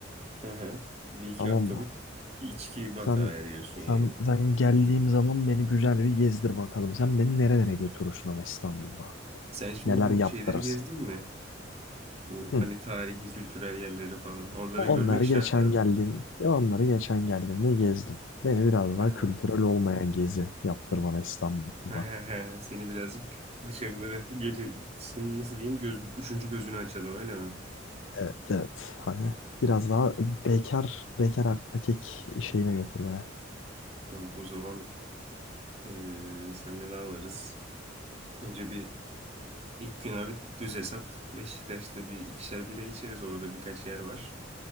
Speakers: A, on the right (about 35°); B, on the left (about 85°).
A: Aha. Bir iki
B: Tamam
A: haftalık
B: mı?
A: içki batağı
B: Sen
A: ediyorsun yani.
B: sen sen geldiğim zaman beni güzel bir gezdir bakalım. Sen beni nerelere götürürsün ama İstanbul'da?
A: Sen şimdi
B: Neler
A: bu
B: yaptırırsın?
A: şeyleri gezdin mi? Bu
B: Hı.
A: hani tarihi, kültürel yerleri falan. Oraları
B: Onları
A: görmek şart
B: geçen
A: abi.
B: geldiğim, ya onları geçen geldiğimde gezdim. Beni biraz
A: Ha.
B: daha kültürel olmayan gezi yaptır bana İstanbul'da.
A: <laughs> Seni birazcık dışarıları gece senin nasıl diyeyim göz, üçüncü gözünü açalım öyle mi?
B: Evet, evet. Hani biraz daha bekar bekar erkek şeyine götür beni.
A: <laughs> Abi O zaman Ee, senle ne alırız? Önce bir ilk gün abi düz hesap. Beşiktaş'ta bir ikişer bira içeriz. Orada birkaç yer var.